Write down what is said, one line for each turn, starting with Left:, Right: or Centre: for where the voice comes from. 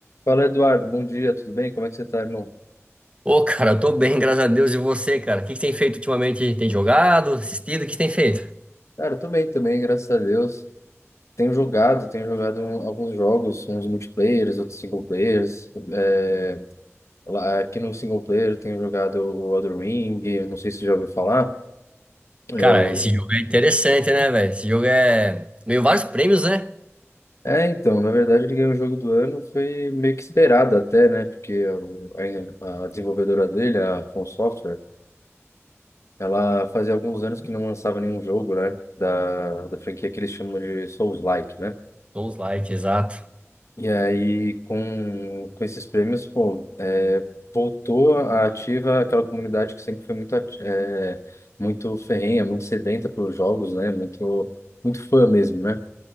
Left: Fala, Eduardo. Bom dia, tudo bem? Como é que você tá, irmão?
Right: Ô, cara, eu tô bem, graças a Deus. E você, cara? O que que tem feito ultimamente? Tem jogado, assistido? O que que tem feito?
Left: Cara, eu tô bem também, graças a Deus. Tenho jogado, tenho jogado um- alguns jogos, uns multiplayers, outros single players. É, lá- aqui no single player eu tenho jogado o Elden Ring, eu não sei se você já ouviu falar. Eu...
Right: Cara, esse jogo é interessante, né, velho? Esse jogo é. Ganhou vários prêmios, né?
Left: É, então, na verdade ele ganhou o jogo do ano, foi meio que esperado até, né? Porque o- a, a desenvolvedora dele, a From Software, ela fazia alguns anos que não lançava nenhum jogo, né? Da, da franquia que eles chamam de Souls-like, né?
Right: Souls like, exato.
Left: E aí, com, com esses prêmios, pô, é, voltou a ativa aquela comunidade que sempre foi muito, ati- é, muito ferrenha, muito sedenta pelos jogos, né? Muito, muito fã mesmo, né?